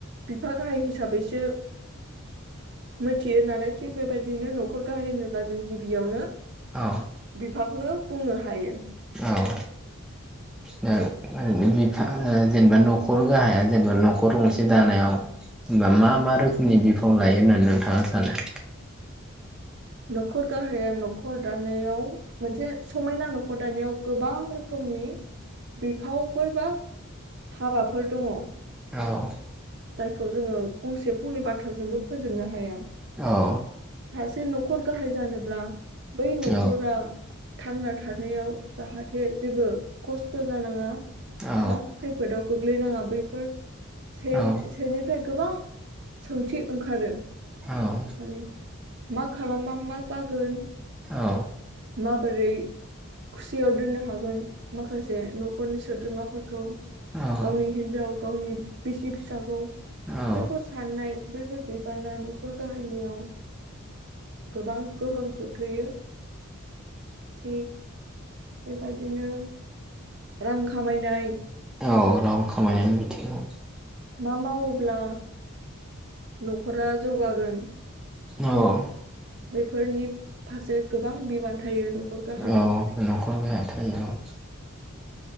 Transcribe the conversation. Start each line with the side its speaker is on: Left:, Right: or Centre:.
Right: बिफा गाहाय हिसाबैसो मिथियो नालाय थिग बेबायदिनो न'खर गाहाय होनोब्ला जों गिबियावनो
Centre: औ
Right: बिफाखौनो बुंनो हायो।
Centre: औ ओरैनो बिफा जेनेबा न'खर गाहाया जेनेबा न'खर नखर गंसे दानायाव मा मा रोखोमनि बिफाव लायो होननानै नोंथाङा सानो?
Right: न'खर गाहाया न'खर दानायाव मोनसे समायना न'खर दानायाव गोबां रोखोमनि बिफावफोर बा हाबाफोर दङ।
Centre: औ
Right: जायखौ जोङो फंसे फंनै बाथ्राजोंबो फोजोबनो हाया।
Centre: औ
Right: से न'खर गाहाय जानोब्ला बै न'खरा।
Centre: औ
Right: थांना थानायाव जाहाथे जेबो खस थ जानाङा
Centre: औ
Right: ना खैफोदाव गोग्लैनाङा बैफोर सेनि
Centre: औ
Right: सेनिफ्राय गोबां सोंथि ओंखारो
Centre: औ
Right: माने मा खालामबा मा जागोन
Centre: औ
Right: माबोरै खुसियाव दोननो हागोन माखासे न'खरनि सोद्रोमाफोरखौ
Centre: औ
Right: गावनि हिनजाव गावनि बिसि फिसाखौ
Centre: औ
Right: बैफोर साननाय बैफोर बिबाना न'खर गाहायनियाव गोबां गोहोम खोख्लैयो थिग बेबायदिनो रां खामायनाय
Centre: औ रां खामायनायनि बिथिङाव
Right: मा मावोब्ला न'खरा जौगागोन।
Centre: औ
Right: बैफोरनि फारसे गोबां बिबान थायो न'खर गाहाया।
Centre: औ न'खर गाहाया थायो औ